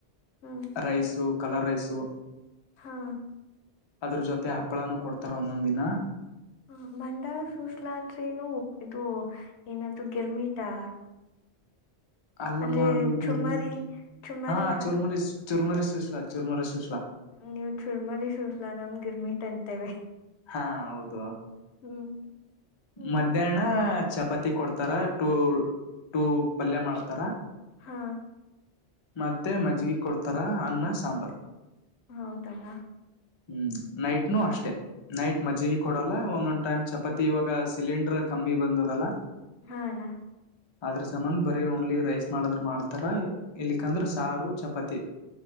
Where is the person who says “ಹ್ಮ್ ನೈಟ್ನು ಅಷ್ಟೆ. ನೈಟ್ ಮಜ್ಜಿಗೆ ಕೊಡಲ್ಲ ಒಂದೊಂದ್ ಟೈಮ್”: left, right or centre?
Left